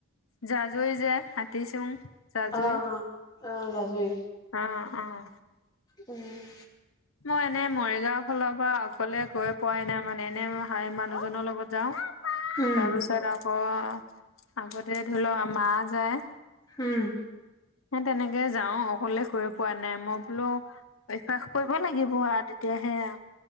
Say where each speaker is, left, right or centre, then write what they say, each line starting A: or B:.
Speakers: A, on the left (about 80°); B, on the left (about 20°).
A: জাজৈ যে হাতীচুং। জাজুই
B: অ', অ', অ', জাজৰি।
A: অঁ অঁ'।
B: উম'
A: মই এনেই মৰিগাওঁ ফালৰ পৰা অকলে গৈ পোৱাই নাই মানে এনে হ মানুহজনৰ লগত যাওঁ।
B: উম,
A: তাৰপিছত আকৌ আগতে ধৰি লও মা যায়।
B: হুম'
A: হে তেনেকে যাওঁ অকলে গৈ পোৱা নাই মই বোলো- কৰিব লাগিব আ তেতিয়াহে আ।